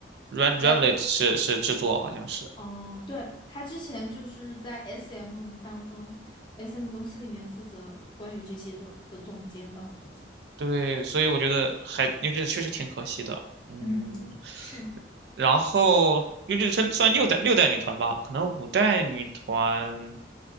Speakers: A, on the right (about 65°); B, on the left (about 25°).
A: Red Velvet
B: 在
A: 是是制作，好像是。
B: 哦，对，他之前就是在 SM 当中，SM 公司里面负责关于这些的的总监吧，我估计。
A: 对，所以我觉得还因为这个确实挺可惜的。嗯，
B: 嗯，是，
A: 然后优质它算六代六代女团吧，可能五代女团，